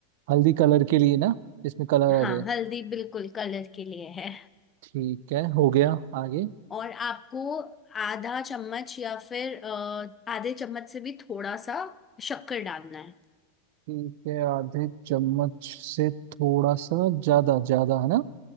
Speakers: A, on the right (about 50°); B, on the left (about 20°).
A: हल्दी कलर के लिए ना इसमें कलर
B: हाँ
A: आ जाए
B: हल्दी बिल्कुल कलर के लिए है
A: ठीक है हो गया आगे
B: और आपको आधा चम्मच या फिर अ, आधे चम्मच से भी थोड़ा सा शक्कर डालना है
A: ठीक है आधे चम्मच से थोड़ा सा ज्यादा ज्यादा है ना